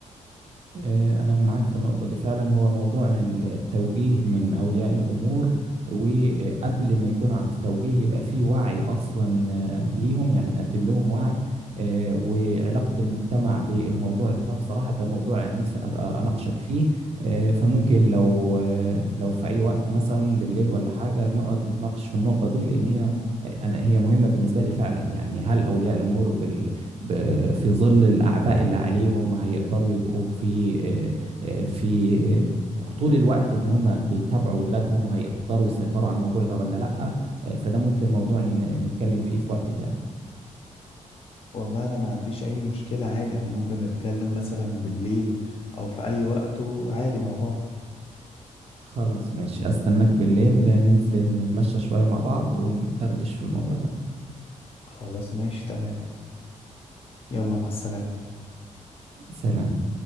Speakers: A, on the right; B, on the left.
A: آه، أنا معاك في النقطة دي فعلا هو موضوع التوجيه من أولياء الأمور وقبل ما يكون عند التوجيه يبقى فيه وعي أصلا آه، ليهم يعني نقدم لهم وعي آه، وعلاقة المجتمع بالموضوع ده بصراحة ده موضوع أنا نفسي أ- أ- أناقشك فيه آه، فممكن لو آه، لو في أي وقت مثلا بالليل ولا حاجة نقعد نتناقش في النقطة دي لأن هي آه، أنا هي مهمة بالنسبة لي فعلا يعني هل أولياء الأمور بال ب- في ظل الأعباء اللي عليهم هيقدروا يبقوا في آه، آه، في طول الوقت إن هم بيتابعوا أولادهم وهيقدروا يسيطروا على الموضوع ده ولا لأ آه، فده ممكن موضوع ن- نتكلم فيه في وقت تاني
B: والله انا ما عنديش اي مشكلة عادي احنا ممكن نتكلم مثلا بالليل او في اي وقت وعادي مع بعض
A: خلاص ماشي أستناك بالليل ننزل نتمشى شوية مع بعض وندردش في الموضوع ده
B: خلاص ماشي تمام يلا مع السلامة
A: سلام